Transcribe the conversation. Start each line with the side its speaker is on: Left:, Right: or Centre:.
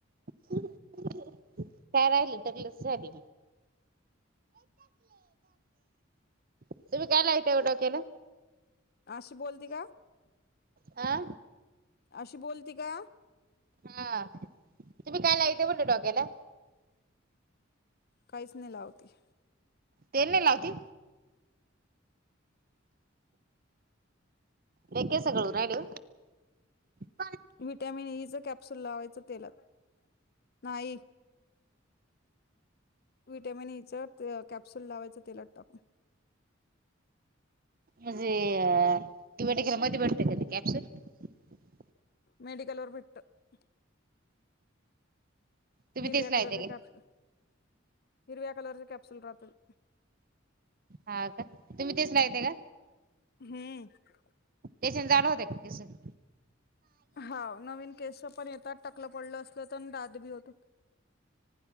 Right: काय राहिलं टकलच झाली तुम्ही काय लावता व डोक्याला
Left: आशी बोलती का
Right: हा
Left: अशी बोलती का
Right: हा तुम्ही काय लाविता म्हटलं डोक्याला
Left: काहीच नाही लावती
Right: तेल नाही लावती लय केस गळू राहिले व
Left: विटामिन ई च कॅप्सूल लावायचं तेलात नाही विटमिन ई चं ते कॅप्सुल लावायच तेलात टाकून
Right: म्हणजे अ ती बट कला मध्ये भेटते कधी कॅप्सर <unintelligible>
Left: मेडिकलूवर विट <unintelligible>
Right: तुम्ही
Left: हिरव्या
Right: तेच लावताय
Left: कलरचे कॅपसु हिरव्या कलरचे कॅप्सुल राहतल <unintelligible>
Right: हा का तुम्ही तेचला येत का <unintelligible>
Left: हम्म <unintelligible>
Right: जसे जाण होत कसे <unintelligible>
Left: हा नवीन केस पण येतात टाकलं पडलं असलं तर दाद बी होत- <inaudible>